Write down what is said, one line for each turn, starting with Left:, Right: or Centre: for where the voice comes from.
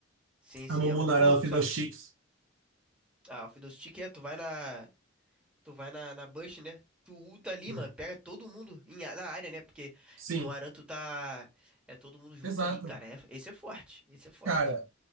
Centre: Sim,
Right: A
Centre: sim.
Right: Mumu
Centre: A Mumu,
Right: não era Fiddlesticks.
Centre: sabe? Ah, o Fiddlestick é, tu vai na. Tu vai na, na Bush, né? Tu ulta ali,
Right: Hum.
Centre: mano. Pega todo mundo em a- na área, né? Porque
Right: Sim,
Centre: no Aran tu tá. É todo mundo junto
Right: exato.
Centre: ali, cara. É- esse é forte. Esse é forte.
Right: Cara,